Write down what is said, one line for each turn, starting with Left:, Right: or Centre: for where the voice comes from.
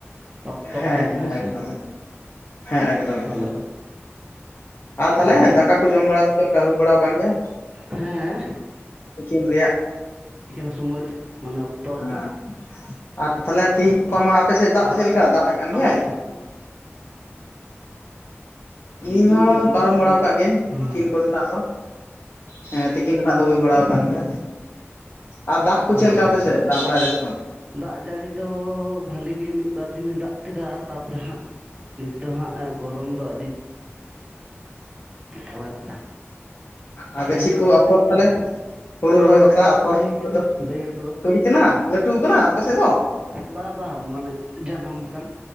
Right: ᱚᱠᱛᱚ
Left: ᱦᱮᱸ
Right: ᱠᱟᱹᱴᱤᱡ
Left: ᱦᱮᱸ
Right: ᱦᱮᱸᱥᱮ,
Left: ᱮᱠᱫᱚᱢ ᱦᱮᱸ ᱮᱠᱫᱚᱢ
Right: ᱛᱟᱦᱚᱞᱮ
Left: ᱮᱠᱫᱚᱢ᱾ ᱟᱨ ᱛᱟᱦᱟᱞᱮ
Right: ᱟᱫᱚ
Left: ᱫᱟᱠᱟ ᱠᱚ ᱡᱚᱢ ᱵᱟᱲᱟ ᱫᱚ ᱪᱮᱫ ᱞᱮᱠᱟ ᱦᱩᱭ ᱵᱟᱲᱟ ᱟᱠᱟᱱ ᱜᱮᱭᱟ᱾
Right: ᱦᱮᱸ
Left: ᱛᱤᱠᱤᱱ ᱨᱮᱭᱟᱜ᱾
Right: ᱛᱤᱠᱤᱱ ᱥᱚᱢᱟᱨ, ᱚᱱᱮ ᱚᱠᱛᱚ
Left: ᱦᱮᱸ
Right: ᱨᱮᱜᱮ ᱾
Left: ᱟᱨ ᱛᱟᱦᱚᱞᱮ ᱛᱮᱦᱤᱧ ᱜᱟᱯᱟ ᱢᱟ ᱟᱯᱮ ᱥᱮᱫ ᱫᱟᱜ
Right: ᱟᱨ
Left: ᱫᱚ ᱪᱮᱫ ᱞᱮᱠᱟ ᱫᱟᱜ ᱮ ᱠᱟᱱ
Right: ᱟᱢ
Left: ᱜᱮᱭᱟᱭ᱾
Right: ᱫᱚ ᱢᱟᱱᱮ
Left: ᱤᱧ ᱦᱚᱸ
Right: ᱡᱚᱢ
Left: ᱯᱟᱨᱚᱢ
Right: ᱠᱟᱱᱟ
Left: ᱵᱟᱲᱟ ᱠᱟᱫ ᱜᱤᱭᱟᱹᱧ
Right: ᱦᱮᱸ
Left: ᱛᱤᱠᱤᱱ ᱠᱚᱨᱮᱱᱟᱜ ᱫᱚ᱾ ᱦᱮᱸ ᱛᱤᱠᱤᱱ ᱨᱮᱱᱟᱜ ᱫᱚ ᱦᱩᱭ ᱵᱟᱲᱟᱣ ᱠᱟᱱ ᱜᱮᱭᱟ᱾ ᱟᱨ ᱫᱟᱜ ᱠᱚ
Right: ᱦᱳᱭ
Left: ᱪᱮᱫ ᱞᱮᱠᱟ
Right: ᱦᱳᱭ
Left: ᱟᱯᱮᱥᱮ ᱫᱟᱜ ᱵᱟᱲᱟᱭ ᱫᱟ ᱥᱮ ᱵᱟᱝ᱾
Right: ᱫᱟᱜ ᱡᱟᱹᱲᱤ ᱫᱚ ᱵᱟᱹᱞᱤ ᱜᱮ ᱢᱤᱫᱵᱟᱨ ᱫᱤᱱᱮ ᱫᱟᱜ ᱠᱮᱫᱟ ᱛᱟᱯᱚᱨ, ᱛᱟᱯᱚᱨᱮ ᱦᱟᱸᱜ, ᱱᱤᱛ ᱫᱚ ᱦᱟᱸᱜ ᱜᱚᱨᱚᱢ ᱫᱚ ᱟᱹᱰᱤ ᱦᱳᱭᱱᱟ,
Left: ᱟᱨ
Right: ᱛᱮᱦᱮᱧᱚᱜ
Left: ᱜᱟᱹᱪᱷᱤ ᱠᱚ
Right: ᱵᱟᱝ
Left: ᱟᱯᱷᱚᱨ
Right: ᱦᱩᱭ ᱠᱟᱱᱟ᱾
Left: ᱛᱟᱞᱮ ᱦᱩᱲᱩ ᱨᱚᱦᱚᱭ ᱵᱟᱠᱷᱨᱟ ᱟᱯᱷᱚᱨ
Right: ᱦᱩᱭ ᱠᱟᱱᱟ
Left: ᱠᱚᱫᱚ
Right: ᱵᱟᱹᱭᱦᱟᱹᱲ ᱠᱚᱫᱚ
Left: ᱠᱟᱹᱲᱤ ᱠᱟᱱᱟ ᱞᱟᱹᱴᱩ ᱠᱟᱱᱟ ᱟᱯᱮ ᱥᱮᱫ ᱫᱚ᱾
Right: ᱵᱟᱝᱟ ᱵᱟᱝ ᱢᱟᱱᱮ ᱡᱟᱱᱟᱢ ᱟᱠᱟᱱᱟ